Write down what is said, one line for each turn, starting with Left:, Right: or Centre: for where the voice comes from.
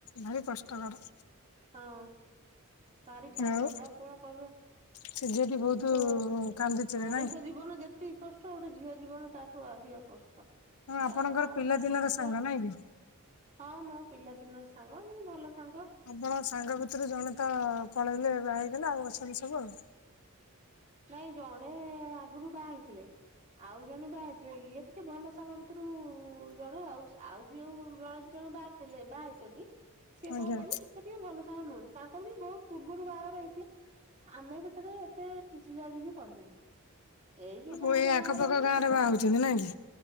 Left: ଭାରି କଷ୍ଟକର।
Right: ହଁ ଭାରି କଷ୍ଟ
Left: ଆଉ
Right: ବା କଣ କରିବା।
Left: ସେ ଝିଅଟି
Right: ମଣିଷ
Left: ବହୁତ କାନ୍ଦିଥିବେ
Right: ମଣିଷ
Left: ନାଇଁ?
Right: ଜୀବନ ଯେତିକି କଷ୍ଟ। ଗୋଟେ ଝିଅ ଜୀବନ ତାଠୁ ଅଧିକ କଷ୍ଟ। ତ
Left: ହଁ ଆପଣଙ୍କର
Right: ବାପା ମାଆ କୁ
Left: ପିଲାଦିନର
Right: ଛାଡି ଯିବା
Left: ସାଙ୍ଗ ନାଇଁ କି?
Right: ହଁ ମୋ ପିଲା ଦିନର ସାଙ୍ଗ ମାନେ ଭଲ ସାଙ୍ଗ
Left: ଆପଣ ସାଙ୍ଗ ଭିତରେ ଜଣେ ତ ପଳେଇଲେ ହେଇଗଲେ ଆଉ ଅଛନ୍ତି ସବୁ ଆଉ।
Right: ନାଇଁ ଜଣେ ଆଗରୁ ବାହା ହେଇଥିଲେ। ଆଉ ଜଣେ ବାହାରଥିଲେ ଇଏ ଟିକେ ଭଲ ସାଙ୍ଗ ଭିତରୁ ଜଣେ ଆଉ ଆଉ ଯଉ ଜଣେ ଦି ଜଣ ଣ ବାହାରିଥିଲେ ବାହାରିଛନ୍ତି। ସିଏ
Left: ଆଜ୍ଞା
Right: କଣ କହିଲେ ଏତେ ଟିକେ ଭଲ ସା ନୁହନ୍ତି ତାଙ୍କଣ ବି ବହୁତ ପୂର୍ବରୁ ବାହାଘର ହେଇଥିଲା। ଆମେ ସେଥିବେଳେ ଏତେ ଯିବା ଯିବି କରିନୁ। ଏଇ ଯୋଉ ସାଙ୍ଗଠ
Left: ଓ ଏଇ
Right: ବାହାଘର
Left: ଆଖପାଖ
Right: ହହୁଛି
Left: ଗାଁ
Right: ସେତରେ
Left: ରେ ବାହା ହଉଛନ୍ତି ନାଇଁ କି?